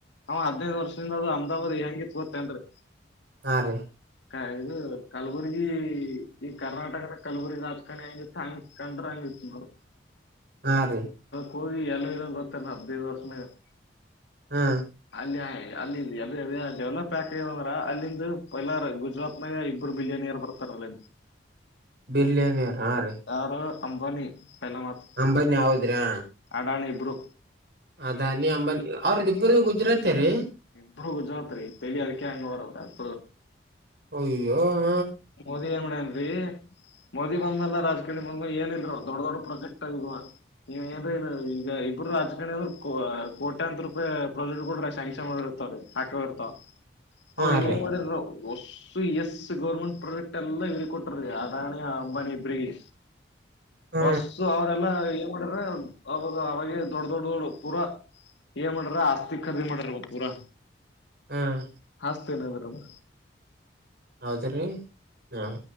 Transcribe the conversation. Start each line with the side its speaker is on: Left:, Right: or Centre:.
Left: ಅವ ಹದಿನೈದು ವರ್ಷದಿಂದ ಅದು ಅಮದಬಾದ್ ಹೆಂಗಿತ್ತ್ ಗೊತ್ತೆನ್ರಿ?
Right: ಹಾ ರೀ
Left: ಕ ಇದು ಕಲಬುರ್ಗಿ ಈ ಕರ್ನಾಟಕನ ಕಲಬುರ್ಗಿ ರಾಜಕಾರಣಿ ಹೆಂಗಿತ್ತು. ಹಾ ಕಂಡುರಂಗ ಇತ್ತ್ ಬ್ರೋ.
Right: ಹಾ ರೀ
Left: ಹೋಗಿ ಎಲ್ಲ ಇದ ಗೊತ್ತಲ್ಲ ಹದ್ನೈದ ವರ್ಷದಾಗ್.
Right: ಹಾ
Left: ಅಲ್ಲಿ ಅಲ್ಲಿ ಎಲ್ಲಾ ಅದೇ ಡೆವಲಪ್ ಯಾಕ್ ಆಗ್ಯದ ಅಂದ್ರ ಅಲ್ಲಿಂದು ಪಲಾರ ಗುಜರಾತ್ ನಾಗ ಇಬ್ಬರ ಬಿಜನಿಯರ ಬರ್ತಾರಲ್ಲ
Right: ಬಿಲ್ಲೆನಿಯರ್ ಹಾಂ ರೀ.
Left: ಯಾರು ಅಂಬಾನಿ ಪೈಲಾ ಮಾತ್.
Right: ಅಂಬಾನಿ ಹೌದ್ರಾ
Left: ಅಡಾನಿ ಇಬ್ರು.
Right: ಅದಾನಿ ಅಂಬಾನಿ ಅವ್ರ ಇಬ್ಬರದು ಗುಜರಾತೆ ರೀ?
Left: ಇಬ್ಬರೂ ಗುಜರಾತ ರಿ ತೆಲಿ ಅದಕ್ಕೆ ಹಂಗವಾ ರಿ ಅವ ಯಾಡ್ದುರ್ದು.
Right: ಅಯ್ಯೋ ಹ.
Left: ಮೋದಿ ಏನ್ ಮಾಡ್ಯಾನ್ರಿ ಮೋದಿ ಬಂದ ಮ್ಯಾಲ ರಾಜಕಾರಣಿ ಬಂದ ಏನಿಲ್ರಿ ಅವ ದೊಡ್ಡ ದೊಡ್ ಪ್ರೊಜೆಕ್ಟ್ ಆಗ ಇವ ಏನ್ರೀ ನೀ ಈಗ ಇಬ್ರೂ ರಾಜಕಾರಣಿ ಅಂದ್ರ ಕೋ ಕೋಟ್ಯಂತ ರೂಪಾಯಿ ಪ್ರಾಜೆಕ್ಟ್ಗೊಳ್ ಶಾಂಕ್ಷನ್ ಮಾಡಿರ್ತಾವ್ರಿ. ಹಾಕವ ಇರ್ತಾವ
Right: ಹಾ
Left: ಅವ
Right: ರೀ
Left: ಏನ್ ಮಾಡಿದ್ರು ಒಸ್ಸೂ ಎಸ್ಸ ಗೌರ್ಮೆಂಟ್ ಪ್ರೊಜೆಕ್ಟ್ ಎಲ್ಲ ಇವ್ರಿಗ ಕೊಟ್ಟಾರಿ ಅಡಾಣಿ ಅಂಬಾನಿ ಇಬ್ರಿಗಿ
Right: ಹ್ಮ್
Left: ಒಸ್ಸೂ ಸೋ ಅವ್ರೆಲ್ಲಾ ಏನ್ ಮಾಡ್ಯರಾ ಅವಾಗ ಅವಾಗೆ ದೊಡ್ಡ ದೊಡ್ಡ ದೊಡ್ಡ ಪೂರಾ ಏನ್ ಮಾಡ್ಯಾರ್ ಆಸ್ತಿ ಖರಿದಿ ಮಾಡ್ಯಾರ್ ಪೂರಾ
Right: ಹ್ಮ್
Left: ಹಚ್ತೀನಿ ನಿಂದರ್
Right: ಹೌದ್ರಿ ಹಾಂ